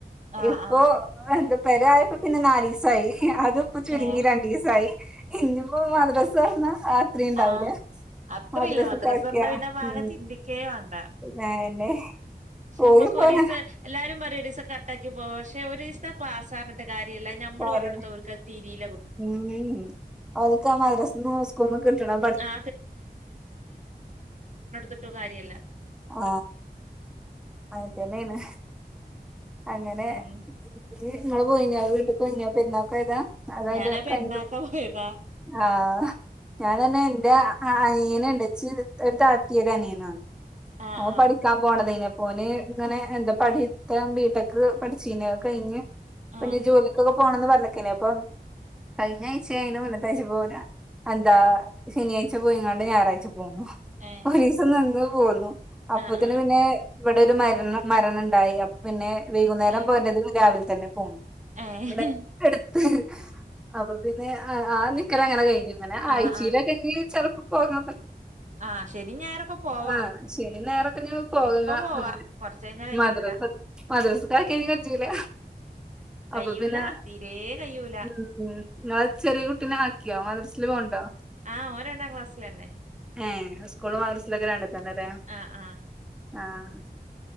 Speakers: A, on the right (about 45°); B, in the centre.
A: ആഹ്
B: ഇപ്പോൊ
A: ആഹ്
B: എ പരയപ്പോ പിന്നെ നാലീസ ആ അത് ഇപ്പോ ചുരുങ്ങി
A: ഏ
B: രണ്ടസായി ഇനിപ്പോ മദ്രാസ ഒർന്ന ആ ത്രിണ്ടാവൂല
A: ആഹ് അത്രയില്ല
B: മദ്രാസക്കെ
A: മദ്രസ
B: ആക്കിയ
A: പറഞ്ഞ പിന്നെ ഭാഗം
B: ഉ
A: ചിന്തിക്കേ വേണ്ട
B: പിന്നന്നെ
A: പക്ഷെ
B: പോയി
A: നമ്മുക്ക്
B: പോയ
A: ഒരീസം എല്ലാരും പറയും ഒരീസം കട്ടാക്കി പോവാ പക്ഷെ ഒരു ദസത്തെ ക്ലാസ് ആിട്ട് കാര്ം ല്ല ഞമ്മള്
B: കാര്യം
A: പറഞ്ഞടുത്ത തീറീല
B: ഉം അവക്ക് ആ മറസ് സ്കൂന്ന് കിട്ടണം പഠ
A: ആ ട്ടോ കാര്യല്ല
B: ആ ആയിത്തേനെആണ് അങ്ങനെ
A: ഉം
B: അ ങ്ങള് പോയിഞ്ഞോ വീട്ടിക്ക് പോയിഞ്ഞ പരുന്നാൾക്കഓയതാ അതതിന്റെ
A: ഞാനാ പെരുന്നാക്കാ
B: കഴ
A: പോയതാ
B: ആഹ് ഞൻ തന്നെ എറെ അനിയന ണ്ട് ഒരു താത്തിീരനിയന
A: ആഹ്
B: ഓ
A: ആഹ്
B: പഠിക്കാൻ പോണത് ഇെപ്പ പോഓന് ഇങ്ങനെ എന്താ പഠത്താൻ വീ ഒട്ടക്ക് പഠിച്ചീന കഴിഞ്ഞ്
A: ആഹ്
B: പിേ ജോലിക്ക പോണംന്ന് പറഞ്ഞക്കേ അപ്പം കഴിഞ്ഞ ആഴ്ചയന് മുന്നത്താഴ്ച പോല എന്താ ശനിയാഴ്ച പോയി ഇങ്ങാണ്ട് ഞായറാഴ്ച പോ
A: ഏഹ്
B: പൈീസ എന്ത ബല അപ്പൊത്തിന്
A: ആഹ് ആഹ്
B: പിന്നെ ഇവിടെ ഒരു മര മരണം ഉണ്ടായി അപ്പൊ പിന്നെ വൈകുന്നേരം
A: ഏഹ്
B: പോയിേറത് രാവിലെ തന്നെ പോണം
A: ഏഹ്
B: ഇവിടെ എടുത്ത് അപ്പൊ പിന്നെ ആ നിക്കറ് അങ്ങനെ കഴിഞ്ഞു അങ്ങനെ ആയച്ചീല
A: ആഹ് ആഹ്
B: <unintelligible> പോകാം
A: ആഹ് ശനിം ഞായറൊക്കെ പോവാ
B: ആഹ് ശരി നേരക്കഞ്ഞി പോകുക
A: ഇപ്പ പോവാ
B: അങ്ങനെ
A: കൊറച്ച് കഴിഞ്ഞാ കയ്യൂല്ല
B: മദ്രസ മദ്രസക്കാക്കെ കൊഞ്ചുല്ല അപ്പൊ
A: കയ്യൂല
B: പിന്നെ
A: തീരേ കയ്യൂല
B: മ് മ് ങ്ങളെ ചെറിയ കുട്ടിനെ ആക്കിയോ മദ്രസ ക്ലാസ്സിൽ പോണ്ടോ
A: ആഹ് ഓൻ രണ്ടാം ക്ലാസിലന്നെ
B: ഏഹ് സ്കൂള് മദ്രസിലൊക്കെ രണ്ട് തന്നെല്ലേ
A: ആഹ് ആഹ്
B: ആഹ്